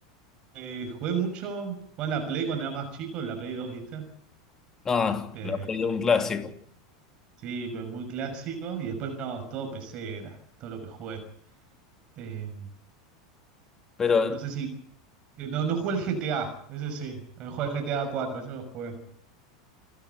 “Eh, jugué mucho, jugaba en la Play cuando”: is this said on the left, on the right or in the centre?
Right